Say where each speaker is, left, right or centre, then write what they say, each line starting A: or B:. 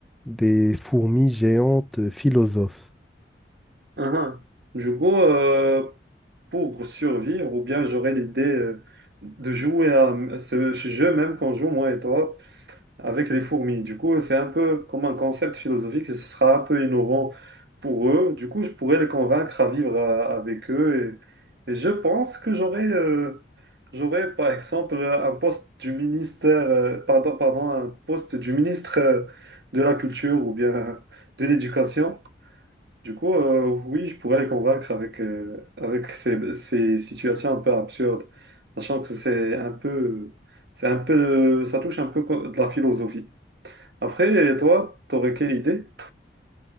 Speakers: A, in the centre; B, on the right.
A: des fourmis géantes euh, philosophes.
B: Uhum. Du coup, euh, pour survivre, ou bien j'aurais l'idée euh, de jouer à à ce jeu même qu'on joue, moi et toi, avec les fourmis. Du coup, c'est un peu comme un concept philosophique, ce sera un peu innovant pour eux. Du coup, je pourrais les convaincre à vivre euh, avec eux. Et, et je pense que j'aurais, euh, j'aurais, par exemple, un poste du ministère, euh, pardon, pardon, un poste du ministre euh, de la Culture ou bien de l'Éducation. Du coup, euh, oui, je pourrais les convaincre avec, euh, avec ces, ces situations un peu absurdes, sachant que c'est un peu, c'est un peu, ça touche un peu co- de la philosophie. Après, toi, t'aurais quelle idée?